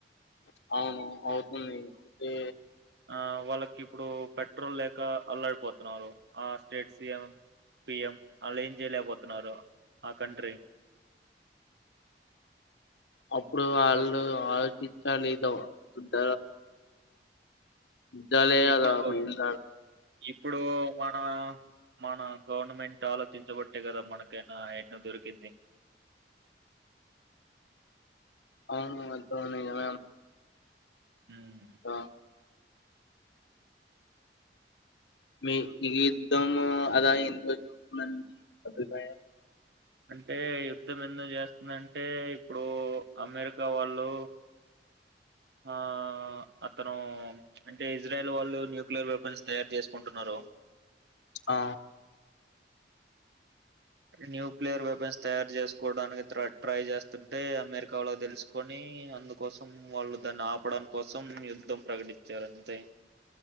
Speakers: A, on the left; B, on the right.
A: అవును అవుతుంది అతే
B: ఆ వాళ్ళకి ఇప్పుడు పెట్రోల్ లేక అల్లడిపోతున్నారు ఆ స్టేట్ సిఎం పిఎం వాళ్ళు ఏం చేయలేకపోతున్నారు ఆ కంట్రీ
A: అప్పుడు వాళ్ళు
B: పాపం
A: ఆలోచి చాలదద్ద ఇదాల
B: ఇప్పుడు
A: అలా మీంద
B: ఇప్పుడు మన మన గవర్నమెంట్ ఆలోచించబట్టే కదా మనకైనా ఎన్నో దొరికింది
A: అవునుమ అ
B: ఉమ్
A: ఆ మీ ఈద్ద్దం అలా ఎంద మంచి అభిప్రాయం
B: అంటే యుద్ధం ఎందుకు చేస్తుందింటే ఇప్పుడు అమెరికా వాళ్ళు ఆ అతను అంటే ఇజ్రాయల్ వాళ్ళు న్యూక్లియర్ వెపన్స్ తయారు చేసుకుంటున్నారు
A: ఆ
B: న్యూక్లియర్ వెపన్స్ తయారు చేసుకోవడానికి ట్రై చేస్తుంటే అమెరికాలో తెలుసుకొని అందుకోసం వాళ్ళు దాన్ని ఆపడం కోసం యుద్ధం ప్రకటించారు అంతే